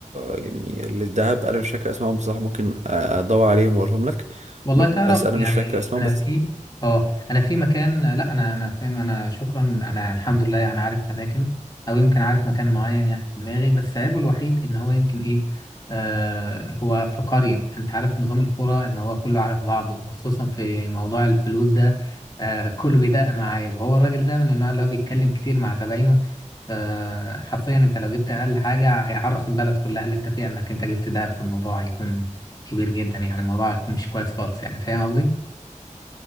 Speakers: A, on the right (about 60°); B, on the left (about 30°).
A: يعني للذهب أنا مش فاكر أسمائهم بصراحة ممكن أدور عليهم وأقولهم لك
B: والله تعرف
A: بس أنا
B: يعني
A: مش فاكر أسمائهم
B: انا
A: بس
B: في اه انا في مكان لا انا انا فاهم انا شكرا انا الحمد لله يعني عارف اماكن او يمكن عارف مكان معين يعني في دماغي بس عيبه الوحيد ان هو يمكن ايه آه هو في قرية فانت عارف نظام القرى ان هو كله عارف بعضه وخصوصا في موضوع الفلوس ده آه كله بيدق معاه وهو الراجل ده من النوع اللي هو بيتكلم كتير مع زباينه فحرفيا انت لو جبت اقل حاجة هيعرف البلد كلها اللي انت فيها انك انت جبت ده في الموضوع هيكون كبير جدا يعني الموضوع هيكون مش كويس خالص يعني فاهم قصدي؟